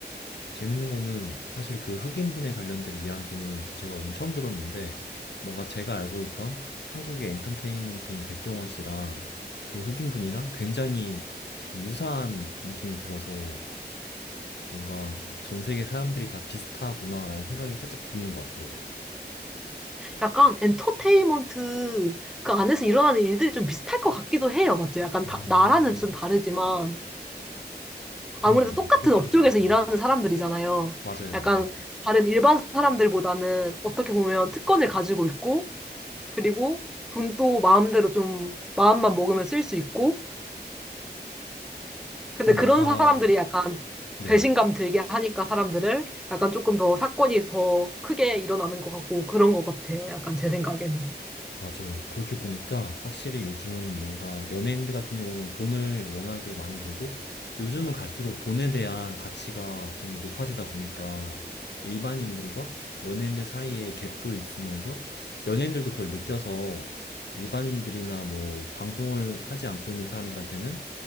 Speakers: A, on the left; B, in the centre.
A: 재밌는 거는 사실 그 흑인분에 관련된 이야기는 제가 오늘 처음 들었는데 뭔가 제가 알고 있던 한국의 엔터테인먼트인 백종원 씨랑 그 흑인분이랑 굉장히 좀 유사한 느낌이 들어서 뭔가 전 세계 사람들이 다 비슷하구나라는 생각이 살짝 드는 것 같아요.
B: 약간 엔터테인먼트 그 안에서 일어나는 일들이 좀 비슷할 것 같기도 해요. 맞죠? 약간
A: 음,
B: 다- 나라는 좀 다르지만
A: 그렇네요.
B: 아무래도 똑같은
A: 그렇게
B: 업종에서
A: 보이
B: 일하는 사람들이잖아요.
A: 맞아요,
B: 약간
A: 맞아요.
B: 다른 일반 사람들보다는 어떻게 보면 특권을 가지고 있고 그리고 돈도 마음대로 좀 마음만 먹으면 쓸 수 있고 근데
A: 좀
B: 그런
A: 뭔가,
B: 사람들이 약간
A: 네네.
B: 배신감 들게 하니까 사람들을 약간 조금 더 사건이 더 크게 일어나는 것 같고 그런 것 같아요. 약간 제 생각에는.
A: 맞아요. 그렇게 보니까 확실히 요즘 뭔가 연예인들 같은 경우는 돈을 워낙에 많이 벌고 요즘은 갈수록 돈에 대한 가치가 점점 높아지다 보니까 일반인들과 연예인들 사이에 갭도 있으면서 연예인들도 그걸 느껴서 일반인들이나 뭐 방송을 하지 않고 있는 사람들한테는